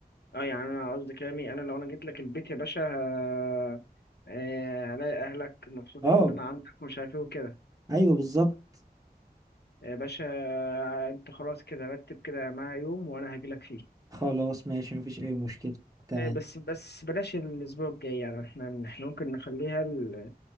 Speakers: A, on the left (about 85°); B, on the right (about 20°).
A: اه يعني انا قصدي كلامي انا لو انا جيت لك البيت يا باشا ه- آه، هلاقي اهلك مبسوطين
B: اه
A: ان انا عندك مش عارف ايه وكده
B: ايوه بالظبط
A: يا باشا آه، انت خلاص كده رتب كده معايا يوم وانا هاجي لك فيه
B: خلاص ماشي مفيش أي مشكلة تمام
A: آه، بس بس بلاش الأسبوع الجاي يعني احنا احنا ممكن نخليها ال...